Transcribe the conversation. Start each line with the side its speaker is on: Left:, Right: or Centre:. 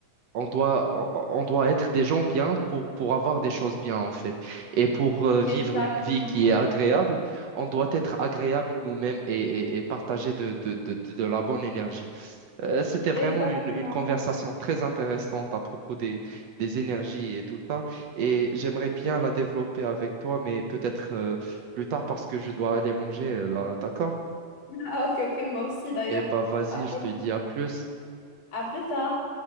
Right: on doit, on, on doit être des gens bien pour, pour avoir des choses bien, en fait. Et pour euh, vivre
Left: Exactement,
Right: une vie qui est agréable, on doit être agréable nous-mêmes et, et, et partager de, de, de, de de la bonne énergie. Euh, c'était vraiment
Left: exactement.
Right: une, une conversation
Left: <laughs>
Right: très intéressante à propos des, des énergies et tout ça. Et j'aimerais bien la développer avec toi, mais peut-être euh, plus tard parce que je dois aller manger euh, là, d'accord?
Left: Ah, ok, ok, moi aussi d'ailleurs.
Right: Eh bah vas-y,
Left: Ah,
Right: je te dis à plus.
Left: À plus tard.